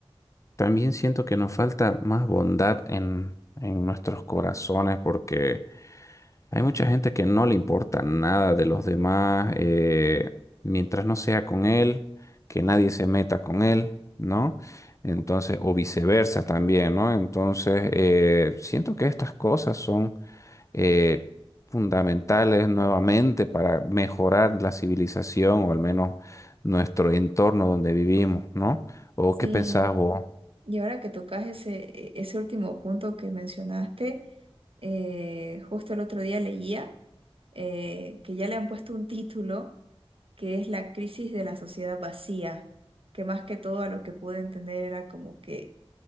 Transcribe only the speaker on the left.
también siento que nos falta más bondad en, en nuestros corazones porque hay mucha gente que no le importa nada de los demás, eh, mientras no sea con él, que nadie se meta con él, ¿no? Entonces, o viceversa también, ¿no? Entonces, eh, siento que estas cosas son eh, fundamentales nuevamente para mejorar la civilización o al menos nuestro entorno donde vivimos, ¿no? ¿O
qué pensás vos?